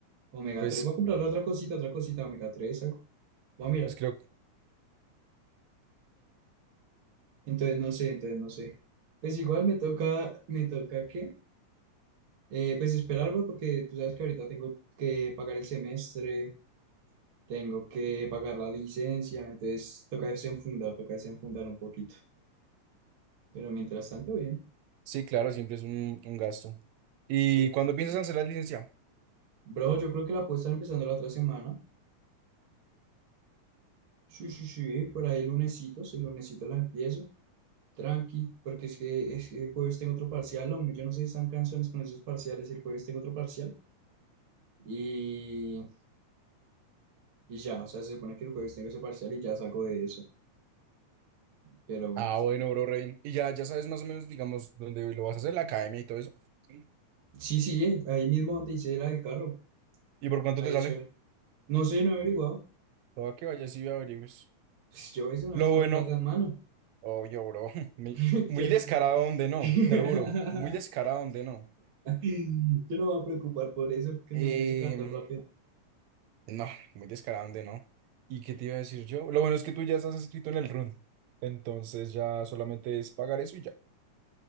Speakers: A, on the right; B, on the right.
A: omega
B: Pues,
A: tres Voy a comprar otra cosita, otra cosita, omega tres algo. Voy a mirar.
B: pues creo,
A: Entonces no sé, entonces no sé. Pues igual me toca, me toca que, eh, pues esperar, bro, porque tú sabes que ahorita tengo que pagar el semestre, tengo que pagar la licencia, entonces toca desenfundar, toca desenfundar un poquito. Pero mientras tanto, bien.
B: sí, claro, siempre es un, un gasto. ¿Y
A: Uy,
B: cuándo
A: sí,
B: piensas
A: bro.
B: hacer la licencia?
A: Bro, yo creo que la puedo estar empezando la otra semana. Sí, sí, sí, por ahí el lunesito, si el lunesito la empiezo. Tranqui, porque es que, es que el jueves tengo otro parcial, hombre. Yo no sé si están canciones con esos parciales. El jueves tengo otro parcial. Y, y ya, o sea, se supone que el jueves tengo ese parcial y ya salgo de eso. Pero bueno,
B: Ah,
A: esperar.
B: bueno, bro, re bien. Y ya, ya sabes más o menos, digamos, dónde lo vas a hacer, la academia y todo eso. Sí.
A: Sí, sí, eh, ahí mismo donde hice la del carro.
B: ¿Y por cuánto
A: Ahí,
B: te sale?
A: chévere. No sé, no he averiguado.
B: Todo que vayas y averigües.
A: Pues yo hice una
B: Lo
A: vez
B: bueno,
A: con plata en mano.
B: obvio, bro. <laughs> Muy
A: <laughs>
B: muy
A: Yo no-
B: descarado
A: <laughs>
B: donde no,
A: Yo
B: te lo juro. Muy descarado donde no.
A: no me voy a preocupar por eso, que
B: Em,
A: me den ese cartón rápido.
B: No, muy descarado, de no? ¿Y qué te iba a decir yo? Lo bueno es que tú ya estás escrito en el run. Entonces ya solamente es pagar eso y ya.